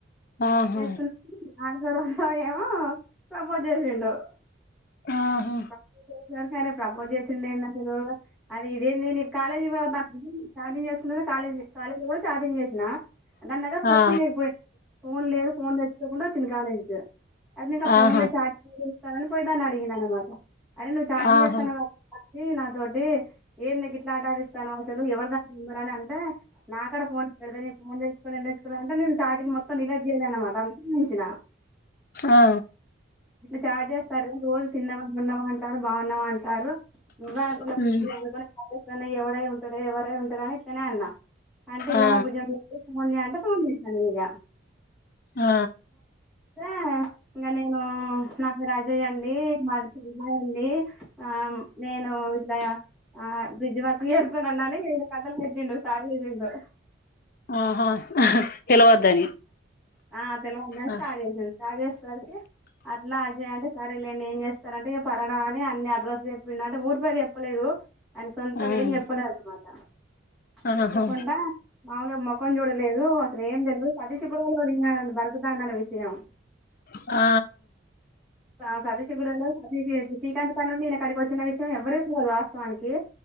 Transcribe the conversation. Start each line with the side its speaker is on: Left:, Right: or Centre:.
Left: ఆహా
Centre: చేసుకున్నా నాలుగ రజ ఏమో సబ చేసి ఉండో హ
Left: ఆహా
Centre: ప్రపోజ్ చేసారు సరే ప్రపోజ్ చేసిండే ఎన్న అసలు ఇదేం నేను కాలేజ్ ఛార్జింగ్ చేసుకుంట కాలేజ్ కాలేజీలో కూడా ఛార్జింగ్ చేసినా దాని దగ్గర ఫోన్
Left: ఆ
Centre: లేకపోయింది ఫోన్ లేదు ఫోన్ తెచ్చుకోకుండా వచ్చింది కాలేజీకి అదినకు ఆ ఫోన్
Left: ఆహా
Centre: లో చార్జ్ నను పోయేదాని అడిగిననమా అద అరే నువ్వు చాటింగ్
Left: ఆహా
Centre: చేస్తానావు కావు ఇ నాతోటి ఏందుకు ఇట్లా ఆట ఆడిస్తనవు అసలు ఎవరుద ఎవ్వరని అంటే నాకడ ఫోన్ ఎక్కడిదే నేను ఫోన్ తెచుకోలే ఏం తెచుకోలే అంటే నేను చాటింగ్ మొత్తం డిలేట్ చేయలే అనమాట అంతుంచినా
Left: ఆ
Centre: స్టార్ట్ చేస్తారు రోజు తిన్నవా ఉన్నవా అంటారు బాగున్నావా అంటారు నువ్వే అనుకున్న
Left: ఉమ్
Centre: బుజ్జి అనుకొనే చాలు కన్నయ్య ఎవడై ఉంటాడే ఎవరై ఉంటారె అని ఇట్లనే అన్న అంటే
Left: ఆ
Centre: ఏమో బుజ్జి అని చేస్తడు ఫోన్ జెయి అంటే ఫోన్ జేసిన నేను ఇగ
Left: ఆ
Centre: అే ఇగా నేను నా పేరు రాజయ్య అండి మాది చిమయ అండి ఆ నేను ఇట్లా ఆ బ్రిడ్జ్ వర్క్ చేస్తున్ననని ఇగ కథలు పెట్టిండు స్టార్ చేసిండు
Left: ఆహా పిలవద్దని
Centre: ఆ తెలవద్దని
Left: ఆ
Centre: స్టార్ చేసిడు స్టార్ట్ చేసే సరికి అట్లా అజయ్ అంటే సరేలేండి ఏం చేస్తరంటే ఇక పడనాని అన్ని అడ్రస్ చెప్పి అంటే ఊరిపేరు చెప్పలేదు అని సొంత
Left: ఉమ్,
Centre: ఏం చెప్పలేదన్నమాట
Left: ఆహా
Centre: చెప్పకుండా మాములుగా ముఖం చూడలేదు దు అసలు ఏం తెనను సతీష్ కూడా ఉళ్వద అ పరకుదాందన్న విషయం
Left: ఆ
Centre: ఆ సతిష్ గూడ తెల్వది ఇగ బీపీ అయిది జెప్పి సీకంతుకు పని ఉంది ఇనే కాడికి వచ్చిన విషయం ఎవరి వాస్తవానికి